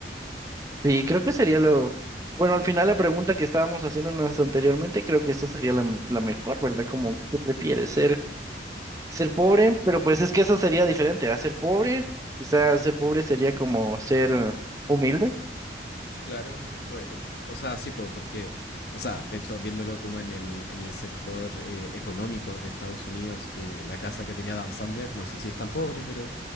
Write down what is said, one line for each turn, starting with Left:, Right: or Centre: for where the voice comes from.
Right: Sí, creo que sería lo... Bueno, al final la pregunta que estábamos haciéndonos anteriormente, creo que esta sería la, m- la mejor, ¿verdad? Como, ¿qué prefieres? Ser, ser pobre, pero pues es que esa sería diferente, ¿ah? Ser pobre, quizás ser pobre sería como ser eh, humilde,
Left: Claro, o, eh, o sea, sí, po, porque, o sea, de hecho, viéndolo como en el, en el sector eh, económico de Estados Unidos, que la casa que tenía Adam Sandler, no sé si es tan pobre, pero